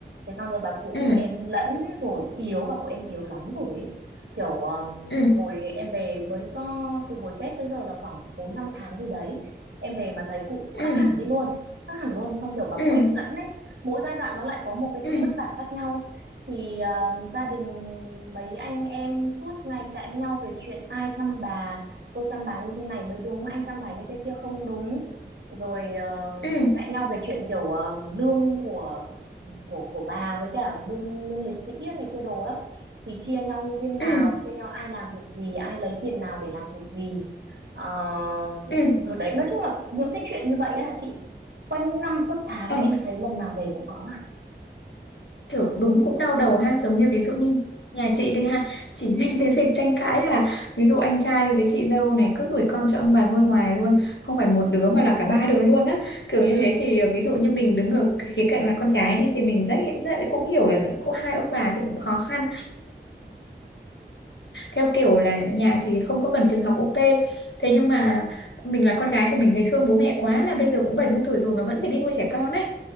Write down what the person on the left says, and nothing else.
ừ
ừ
ừ
ừ
ừ
ừ
ừ
ừ
ừ
ừ,
kiểu đúng cũng đau đầu ha giống như ví dụ như nhà chị đi ha chỉ riêng cái việc tranh cãi là ví dụ anh trai với chị dâu này cứ gửi con cho ông bà nuôi hoài luôn không phải một
đứa mà là cả ba đứa luôn á kiểu như
thế thì ờ, ví dụ như mình đứng ở cái khía cạnh là con gái đi thì mình rất, rất cũng hiểu là có hai ông bà thì cũng khó khăn theo kiểu là nhà thì không có cần trường học ok thế nhưng mà mình là con gái thì mình thấy thương bố mẹ quá là bây giờ cũng 70 tuổi rồi mà vẫn phải đi nuôi trẻ con á